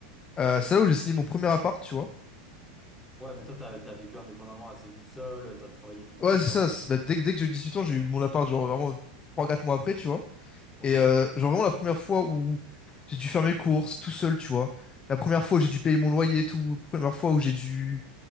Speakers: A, on the left (about 25°); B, in the centre.
A: Euh, c'est là où j'ai signé mon premier appart, tu vois.
B: Ouais, mais toi, t'as, t'as vécu indépendamment assez vite seul, t'as travaillé vite
A: Ouais,
B: et tout, tu
A: c'est
B: vois.
A: ça. c'est- bah, dès, que- dès que j'ai eu 18 ans, j'ai eu mon appart, genre vraiment trois quatre mois après, tu vois.
B: Ok.
A: Et euh, genre vraiment la première fois où j'ai dû faire mes courses tout seul, tu vois. La première fois où j'ai dû payer mon loyer et tout. La première fois où j'ai dû